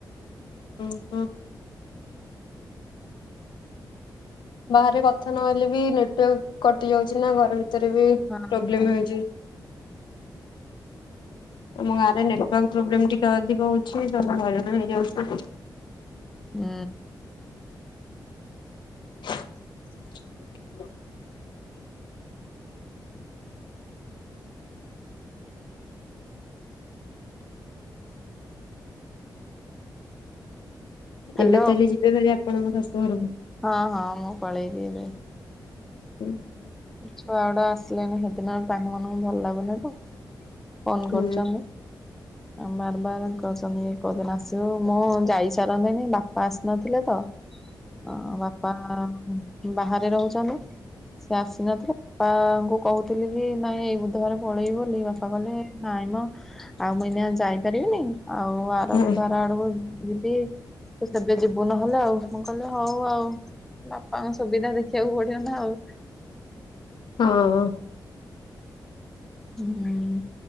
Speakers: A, on the left; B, in the centre.
A: ହୁଁ ହୁଁ। ବାହାରେ କଥା ନହଲେ ବି ନେଟୱାର୍କ କଟି ଯାଉଛି ନା ଘର ଭିତରେ ବି ପ୍ରୋବ୍ଲେମ
B: ହଁ ହଁ
A: ହେଉଛି। ଆମ ଗାଁରେ ନେଟୱାର୍କ ପ୍ରୋବ୍ଲେମ ଟିକେ ଅଧିକ ହଉଛି ତ ମୁଁ ହଇରାଣ ହେଇଯାଉଛି।
B: ଉଁ।
A: <inaudible>
B: ହ୍ୟାଲୋ।
A: ଏବେ ତାହେଲେ ଯିବେ ଭରି ଆପଣଙ୍କ ଶାଶୁ ଘରକୁ?
B: ହଁ ହଁ ମୁଁ ପଳେଇବି ଏବେ।
A: ହୁଁ <inaudible>
B: ଛୁଆ ଗୁଡା ଆସିଲେଣିି ସେଦିନ ତାଙ୍କ ମାନଙ୍କୁ ଭଲ ଲାଗୁନି ତ। ଫୋନ
A: ହୁଁ
B: କରଚନ୍ତି। ବାର ବାର କଛନ୍ତି କୋଉଦିନ ଆସିବୁ ମୁଁ ଯାଇସାରନ୍ତିନି ବାପା ଆସିନଥିଲେ ତ।
A: <inaudible>
B: ଅ ବାପା ମା ବାହାରେ ରହୁଛନ୍ତି ସେ ଆସିନଥିଲେ। ବାପାଙ୍କୁ କହୁଥିଲି କି ନାଇଁ ଏଇ ବୁଧବରେ ପଳେଇବି ବୋଲି ବାପା କହିଲେ ନାଇଁ ମ ଆଉ ମୁ ଏଇନା ଯାଇପାରିବିନି ଆଉ ଆର
A: ହଁ।
B: ବୁଧବାର ଆଡ଼କୁ ଯିବି ତୁ ସେବେ ଯିବୁ ନହେଲେ ଆଉ ମୁଁ କହିଲି ହଉ ଆଉ ବାପାଙ୍କ ସୁବିଧା ଦେ ଖିଆକୁ ପଡିବ ନା ଆଉ।
A: ହଁ।
B: ହୁଁ।